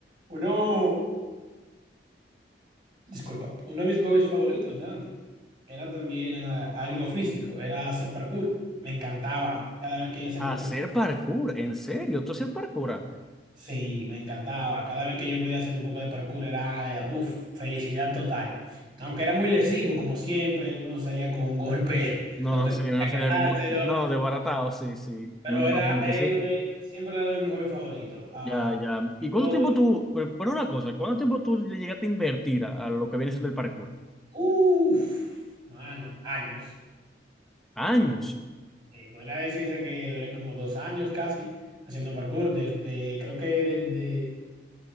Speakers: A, on the right (about 25°); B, in the centre.
A: Uno, disculpa, uno de mis hobbies favoritos de antes era también eh, algo físico, era hacer parkour. Me encantaba cada vez que yo hacía
B: Hacer
A: parkour.
B: parkour, ¿en serio? ¿Tú hacías parkour antes?
A: Sí, me encantaba. Cada vez que yo podía hacer un poco de parkour era, uff, felicidad total. Aunque era muy lesivo, como siempre, uno salía con un golpe
B: No,
A: <laughs> donde
B: sí, no
A: tenía
B: sería
A: que dárselo.
B: como... No, desbaratado, sí, sí.
A: Pero
B: Me imagino
A: era eh,
B: que sí.
A: de- siempre era de mis hobbies favoritos. Ah,
B: Ya, ya. ¿Y
A: mi
B: cuánto
A: hobby-
B: tiempo tú, pero pero una cosa, cuánto tiempo tú le llegaste a invertir a, a lo que viene siendo el parkour?
A: Uf, mano, años.
B: Años.
A: Sí, podría decirse que duré como dos años casi haciendo parkour, desde, creo que desde